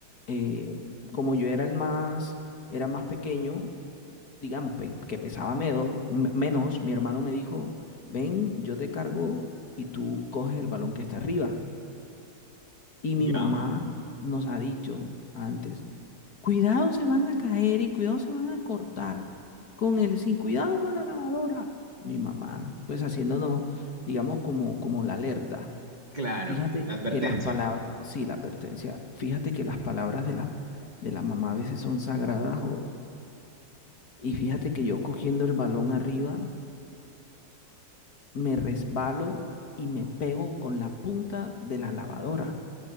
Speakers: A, on the left (about 55°); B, on the right (about 30°).
A: eh, como yo era el más, era más pequeño, digamos, pe- que pesaba medo- me- menos, mi hermano me dijo, ven, yo te cargo y tú coges el balón que está arriba. Y
B: ¿Ya?
A: mi mamá nos ha dicho antes, cuidado se van a caer y cuidado se van a cortar con el, sin cuidado con la lavadora. Mi mamá, pues haciéndonos, digamos, como, como la alerta.
B: Claro,
A: Fíjate
B: la advertencia.
A: que las palabras, sí, la pertenencia. fíjate que las palabras de la, de la mamá a veces son sagradas o, y fíjate que yo cogiendo el balón arriba me resbalo y me pego con la punta de la lavadora